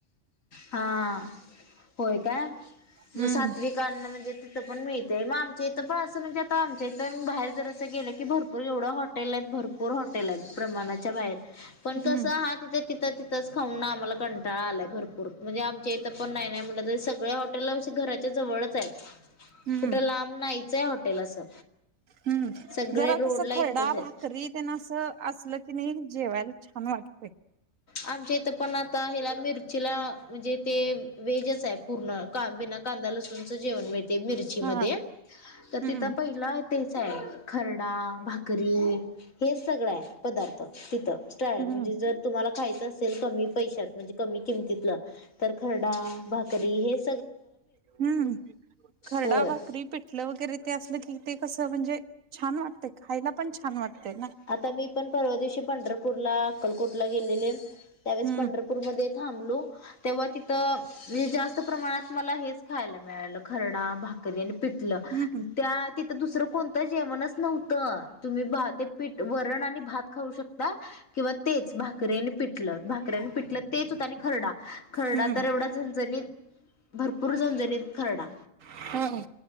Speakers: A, on the left; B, on the right.
A: हा होय काय
B: हम्म
A: म सात्विकांन म्हणजे तिथं पण मिळतं ते मग आमचे पण असं म्हणजे आता आमच्या इथून बाहेर जर असं गेलं की भरपूर एवढं हॉटेल आहेत भरपूर हॉटेल आहेत प्रमाणाच्या बाहेर पण
B: हम्म
A: कसं हा तिथं तिथं तिथं खाऊन आम्हाला कंटाळा आलाय भरपूर म्हणजे आमच्या इथं पण नाही नाही म्हटलं तर सगळ्या हॉटेल घराच्या जवळच आहे
B: हम्म
A: कुठं लांब नाहीचं आहे हॉटेल असं
B: हम्म
A: सगळे
B: जरा
A: रोडला
B: कसं खरडा,
A: इथंच आहेत
B: भाकरी त्यांना असं असलं कनेय जेवायला छान वाटतं
A: आमच्या इथं पण आता हेला मिरची ला म्हणजे ते व्हेजच आहे, पूर्ण का बिना कांदा लसूणच जेवण मिळतंय मिरचीमध्ये
B: हा
A: तर
B: हम्म
A: तिथं पहिला तेच आहे खरडा भाकरी हेच सगळं आहे पदार्थ तिथं स्टाल
B: हम्म
A: म्हणजे जर तुम्हाला खायचं असेल कमी पैशात म्हणजे कमी किंमतीतलं तर खरडा भाकरी हेच
B: हम्म खरडा
A: होय
B: भाकरी पिठलं वगैरे ते असलं की ते कसं म्हणजे छान वाटतं खायला पण छान वाटतंय
A: आता मी पण परवा दिवशी पंढरपूरला अक्कलकोटला गेलेले त्यावेळेस
B: हम्म
A: पंढरपूरमध्ये थांबलो तेव्हा तिथं म्हणजे जास्त प्रमाणात मला हेच खायला मिळालं खरडा, भाकरी आणि पिठलं
B: हम्म
A: त्या तिथं दुसरं कोणतं जेवणच नव्हतं तुम्ही वरण आणि भात खाऊ शकता, किंवा तेच भाकरी आणि पिठलं पिठलं तेच होतं आणि खरडा खरडा
B: हम्म
A: तर एवढा झणझणीत भरपूर झणझणीत खरडा
B: हो